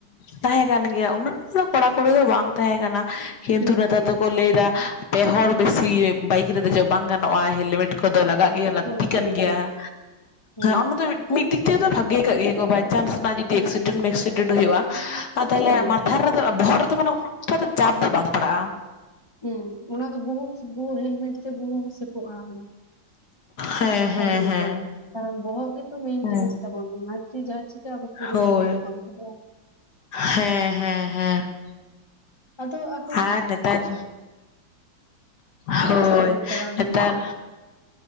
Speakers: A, on the left; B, on the left.
A: ᱛᱟᱦᱮᱸ ᱠᱟᱱ ᱜᱮᱭᱟ ᱩᱱᱟᱹᱜ ᱴᱟᱜ ᱫᱚ ᱠᱚᱲᱟᱠᱩᱲᱤ ᱫᱚ ᱵᱟᱝ ᱛᱟᱦᱮᱸ ᱠᱟᱱᱟ, ᱠᱤᱱᱛᱩ
B: ᱦᱩᱸ
A: ᱱᱮᱛᱟᱨ
B: ᱦᱩᱸ
A: ᱫᱚᱠᱚ ᱞᱟᱹᱭᱫᱟ ᱯᱮ ᱦᱚᱲ ᱵᱮᱥᱤ ᱵᱟᱭᱤᱠ ᱨᱮ ᱫᱮᱡᱚᱜ ᱵᱟᱝ ᱜᱟᱱᱚᱜᱼᱟ᱾ ᱦᱮᱞᱢᱮᱴ ᱠᱚᱫᱚ ᱞᱟᱜᱟᱜ ᱜᱮ ᱞᱟᱹᱛᱤ
B: ᱦᱳᱭ
A: ᱠᱟᱱ
B: ᱦᱳᱭ
A: ᱜᱮᱭᱟ
B: ᱦᱳᱭ ᱦᱳᱭ
A: ᱚᱱᱟ ᱫᱚ ᱢᱤᱴᱤᱡ, <unintelligible> ᱱᱮᱫ ᱫᱚ ᱵᱷᱟᱜᱮ ᱠᱟᱜ ᱜᱮᱭᱟ ᱵᱟᱭ ᱪᱟᱱᱥ ᱨᱮᱱᱟᱜ ᱡᱩᱫᱤ
B: ᱦᱮᱸ
A: ᱮᱠᱥᱤᱰᱮᱱᱴ
B: ᱦᱮᱸ
A: ᱢᱮᱮᱠᱥᱤᱰᱮᱱᱴ ᱦᱩᱭᱩᱜᱼᱟ ᱟ ᱛᱟᱦᱚᱞᱮ
B: ᱦᱳᱭ
A: ᱢᱟᱛᱷᱟ ᱨᱮᱫᱚ ᱵᱚᱦᱚᱜ ᱨᱮᱫᱚ ᱢᱟᱱᱮ ᱩᱱᱠᱟ ᱫᱚ ᱪᱟᱯ ᱫᱚ ᱵᱟᱝ ᱯᱟᱲᱟᱜᱼᱟ ᱾
B: ᱦᱮᱸ ᱚᱱᱟ ᱫᱚ ᱵᱩᱦᱩᱛ ᱵᱩ ᱦᱮᱞᱢᱮᱴ ᱛᱮ ᱵᱩᱦᱩᱢ ᱥᱮᱯᱚᱜᱼᱟ ᱚᱱᱟ,
A: ᱦᱮᱸ ᱦᱮᱸ
B: ᱟᱹᱰᱤ
A: ᱦᱮᱸ
B: ᱟᱭ ᱠᱟᱨᱚᱱ ᱵᱚᱦᱚᱜ ᱜᱮᱛᱚ ᱢᱮᱱ ᱡᱤᱱᱤᱥ
A: ᱦᱮᱸ
B: ᱛᱟᱵᱚ, ᱦᱳᱭ ᱚᱱᱟ ᱡᱩᱫᱤ ᱡᱟᱦᱟᱸ ᱪᱤᱠᱟᱜᱼᱟ ᱟᱱᱟ ᱯᱩᱨᱟ
A: ᱦᱳᱭ
B: ᱢᱮᱱᱛᱟᱢ ᱩᱱᱠᱩ ᱫᱚ,
A: ᱦᱮᱸ ᱦᱮᱸ ᱦᱮᱸ ᱾
B: ᱟᱫᱚ ᱾
A: ᱟᱨ ᱱᱮᱛᱟᱨ, ᱦᱳᱭ
B: ᱟᱥᱛᱮ ᱱᱚ ᱪᱟᱞᱟᱣ <unintelligible>
A: ᱱᱮᱛᱟᱨ
B: ᱦᱩᱲᱟ ᱦᱩᱞᱤ